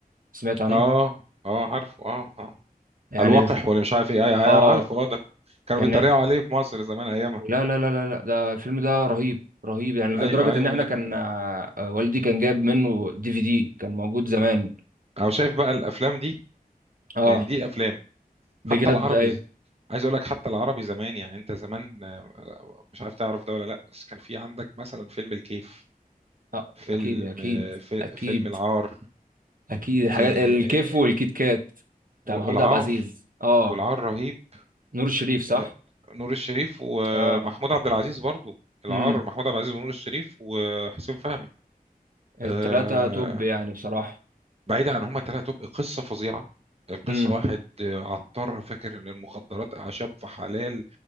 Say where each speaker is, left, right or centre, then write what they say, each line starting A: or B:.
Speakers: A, on the right; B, on the right.
A: سمعت عنه
B: اه اه عارفه اه اه
A: يعني
B: الوقح ولا مش عارف ايه ايوه أيوة،
A: اه
B: عارفه اه ده كانوا
A: يعني
B: بيتريقوا عليه في مصر زمان ايامها
A: لا لا لا لا لا ده الفيلم ده رهيب رهيب يعني لدرجة
B: ايوه ايوه
A: ان احنا
B: لا.
A: كان آه، والدي كان جاب منه دي في دي كان موجود زمان
B: انا شايف بقى الافلام دي
A: اه
B: يعني دي افلام
A: بجد
B: حتى العربي
A: ايوه
B: عايز اقول لك حتى العربي زمان يعني انت زمان آه، مش عارف تعرف ده ولا لا بس كان في عندك مثلا فيلم الكيف
A: آه
B: فيلم
A: اكيد اكيد
B: آه، في
A: اكيد
B: فيلم العار
A: اكيد الحاجات
B: إيه،
A: الكيف
B: آه،
A: والكيت كات بتاع
B: والعار
A: محمود عبد العزيز اه
B: والعار رهيب
A: نور الشريف صح
B: آه، نور الشريف ومحمود
A: اه
B: عبد العزيز برضو العار
A: امم
B: محمود عبد العزيز ونور الشريف وحسين فهمي
A: التلاتة
B: آه،
A: توب يعني بصراحة
B: بعيدا عن هما تلاتة تبقى قصة فظيعة قصة
A: امم
B: واحد آه، عطار فاكر إن المخدرات أعشاب فحلال